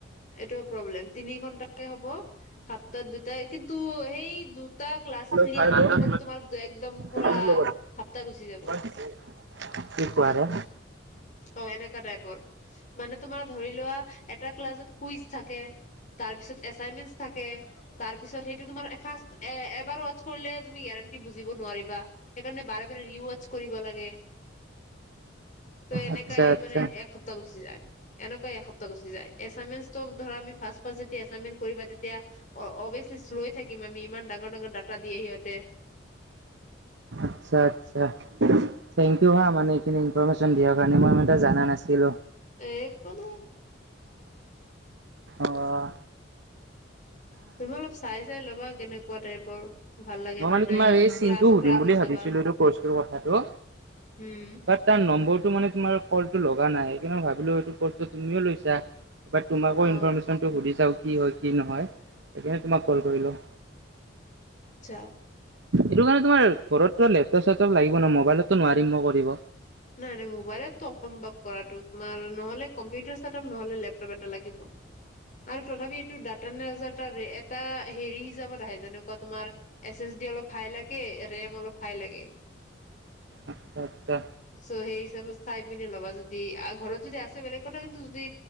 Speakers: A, on the left; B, on the right.
A: এইটো প্ৰব্লেম, তিনি ঘন্টাকে হ'ব সাতটাত দুটাই কিন্তু সেই দু। ক্লা ক্লিয়াৰ
B: চাই
A: কৰ
B: লৈ
A: কৰ তোমাৰ একদম পুৰা
B: পুনৰ ল'ব
A: হাপ্তা গুচি যাব।
B: দিছে। কি কোৱাৰে।
A: অ এনেকোৱা টাইপৰ, মানে তোমাৰ ধৰি লোৱা এটা ক্লাছত কুইচ থাকে। তাৰপিছত এচাইনমেন্ট থাকে তাৰপিছত সেইটো তোমাৰ ফাৰ্ষ্ট এবাৰ ৱচ কৰিলে তুমি। বুজিব নোৱাৰিবা, সেইকাৰণে বাৰে বাৰে ৰি চ কৰিব লাগে। ত এনেকাই
B: আচ্ছা আচ্ছা
A: মানে এসপ্তাহ গুচি যায় এনেকুৱাই এসপ্তাহ গুচি যায় এছাইমেন্টো ধৰা আমি ভাল ফাচ ফাচ যেতিয়া এছাইনমেণ্ট কৰিবা তেতিয়া অবিযেচল্লি চ ৰ'অই থাকিম আমি ইমি ইমান ডাঙৰ ডাঙৰ ডা টা দিয়ে সিহঁতে।
B: আচ্ছা আচ্ছা থেংক ইউ হা
A: উম
B: মানে এইখিনি ইনফৰ্মেচন দিয়া স কাৰণে মই ম এটা জানা নাছিলো।
A: এক কো নাই।
B: আহ
A: তুমি অলপ চাই চাই ল'বা কেনেকুৱা টাইপৰ। ভাল লাগে
B: মই
A: নে
B: মানে
A: নাই
B: তোমাৰ
A: আকৌ
B: এই চিনটো
A: ক্লাছো
B: সুধিম
A: ট্ৰাই কৰি
B: বুলি
A: চাবা
B: ভাবিছিলো এইটো কৰ্চটো কথাটো।
A: উম
B: বাট তাৰ নম্বৰটো মানে তোমাৰ কলটো লগা নাই সেইকাৰণে ভাবিলোও সটো ত তুমিও লৈছা তোমাকো
A: অ
B: ইনফৰৰ্মেশ্যনটো সুধি চাও কি হয় কি নহয়? সেইকাৰণে তোমাক কল কৰিলো।
A: আচ্ছা
B: এইটো কাৰণে তোমাৰ ঘৰতো লেপটপ চেপটপ লাগিব ন মোবাইলতো নোৱাৰিম ম কৰিব।
A: নাই নাই মোবাইলটো অসম্ভৱ কৰাটো তোমাৰ নহলে কম্পিউটাৰ চ নহলে লেপপ এটা লাগিব। আৰু তথাপি এইটো দাতানেজাৰ ত এটা হেৰি হিচাপত আহে যেনেকুৱা তোমাৰ এচ এছ ডি অলপ হাই লাগে ৰেম অলপ হাই লাগে।
B: আচ্ছা আচ্ছা
A: চ' সেই হিচাপত চাই পিনে ল'বা যদি ঘৰত যদি আছে বেলেগ কথা কিন্তু যদি